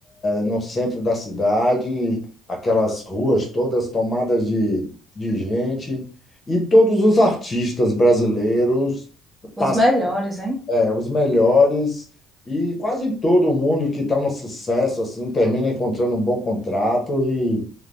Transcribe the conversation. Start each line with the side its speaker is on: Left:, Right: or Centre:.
Left: no centro da cidade, aquelas ruas todas tomadas de, de gente, e todos os artistas brasileiros
Right: Os
Left: passam,
Right: melhores, hein?
Left: é, os melhores, e quase todo mundo que está no sucesso assim termina encontrando um bom contrato e,